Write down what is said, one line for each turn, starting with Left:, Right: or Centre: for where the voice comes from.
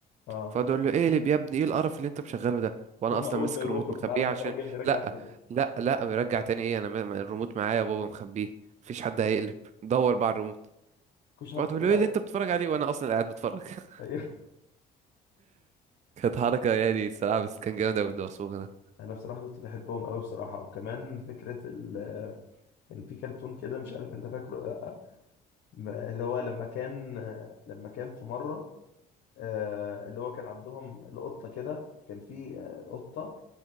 Left: اه
Right: فقعد اقول له ايه اللي يا ابني ايه القرف اللي انت مشغله ده وانا
Left: هم
Right: اصلا
Left: اول
Right: ماسك
Left: ما يروحوا
Right: الريموت مخبيه
Left: تعالى
Right: عشان
Left: نتفرج يا ابني رجع
Right: لا
Left: تاني
Right: لا لا رجع تاني ايه انا م- م- الريموت معايا يا بابا مخبيه مفيش حد هيقلب دور بقى على الريموت
Left: كل شويه
Right: فقعد
Left: بتفرج
Right: يقول له ايه
Left: على
Right: اللي انت بتتفرج عليه وانا اصلا قاعد بتفرج <laughs>
Left: <laughs> أيوه.
Right: كانت حركه يعني الصراحه بس كان جامد قوي الدعسوقه ده
Left: انا بصراحه كنت بحبهم قوي بصراحه وكمان فكره ال... آه، كان في كرتون كده مش عارف انت فاكره ولا لا م- اللي هو لما كان آه، لما كان في مرة آه، اللي هو كان عندهم القطة كده كان في آه، قطة